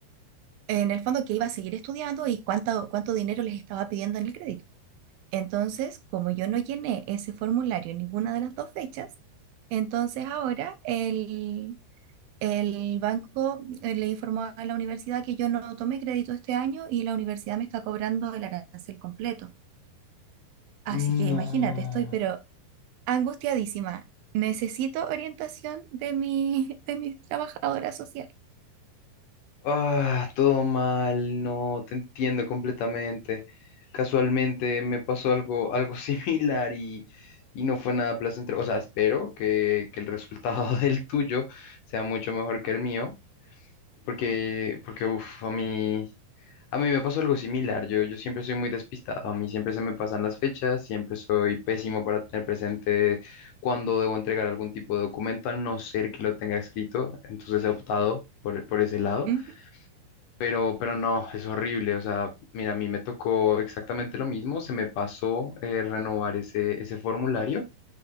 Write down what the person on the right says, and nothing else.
en el fondo que iba a seguir estudiando y cuánto, cuánto dinero les estaba pidiendo en el crédito. Entonces, como yo no llené ese formulario en ninguna de las dos fechas, entonces ahora el, el banco eh, le informó a la universidad que yo no tomé crédito este año y la universidad me está cobrando el arancel completo. Así
que imagínate, estoy pero Angustiadísima. Necesito orientación de mi, <laughs> de mi trabajadora social.
Ujú,